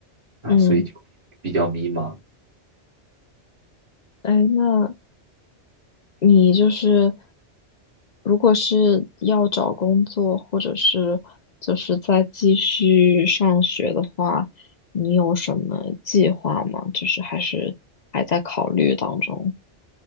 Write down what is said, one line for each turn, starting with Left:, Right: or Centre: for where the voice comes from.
Right: 啊，
Left: 嗯，
Right: 所以就比较迷茫。
Left: 哎，那你就是如果是要找工作，或者是就是再继续上学的话，你有什么计划吗？就是还是还在考虑当中。